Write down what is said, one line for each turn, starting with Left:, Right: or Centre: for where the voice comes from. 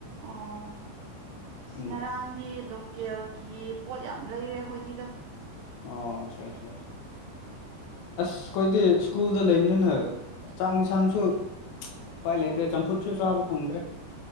Right: ꯑꯣ
Left: ꯎꯝ
Right: ꯉꯔꯥꯡꯗꯤ ꯂꯣꯀꯦꯜꯒꯤ ꯄꯣꯠ ꯌꯥꯝ ꯂꯩꯔꯦ ꯑꯩꯈꯣꯏꯅꯤꯗꯣ
Left: ꯑꯣ ꯑꯆꯥ ꯑꯆꯥ ꯑꯁ ꯑꯩꯈꯣꯏꯗꯤ ꯁ꯭ꯀꯨꯜꯗ ꯂꯩꯕꯅꯤꯅ ꯆꯥꯛ ꯌꯦꯟꯁꯥꯡꯁꯨ ꯎꯄꯥꯏ ꯂꯩꯇ꯭ꯔꯦ ꯆꯝꯐꯨꯠꯁꯨ ꯆꯥꯕ ꯐꯪꯗ꯭ꯔꯦ